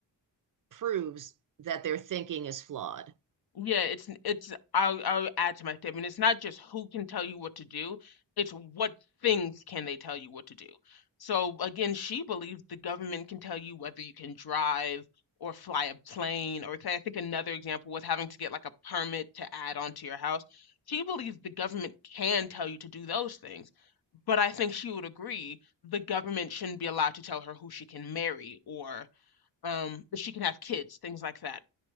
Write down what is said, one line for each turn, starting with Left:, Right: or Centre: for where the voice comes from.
Right: proves that their thinking is flawed.
Left: Yeah, it's n- it's I'll I'll add to my statement. It's not just who can tell you what to do, it's what things can they tell you what to do. So again, she believes the government can tell you whether you can drive or fly a plane or say I think another example was having to get like a permit to add onto your house. She believes the government can tell you to do those things. But I think she would agree the government shouldn't be allowed to tell her who she can marry or um if she can have kids, things like that.